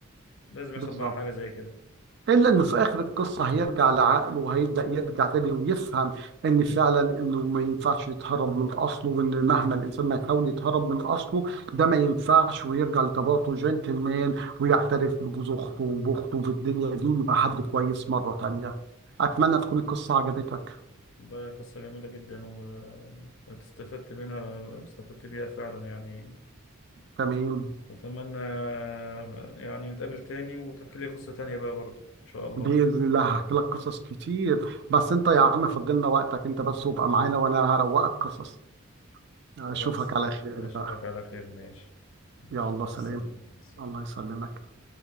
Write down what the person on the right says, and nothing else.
بالظبط
إلا إنه في آخر القصة هيرجع لعقله وهيبدأ يرجع تاني ويفهم إن فعلا إنه ما ينفعش يتهرب من أصله وإن مهما الإنسان ما يحاول يتهرب من أصله ده ما ينفعش ويرجع لطبيعته جنتلمان ويعترف بجوز أخته وبأخته في الدنيا دي ويبقى حد كويس مرة تانية أتمنى تكون القصة عجبتك
تمام
بإذن الله هحكي لك قصص كتير بس أنت يا عم فضلنا وقتك أنت بس وابقى معانا وأنا هروقك قصص أشوفك
على خير
بقى
يا الله
سلام
الله يسلمك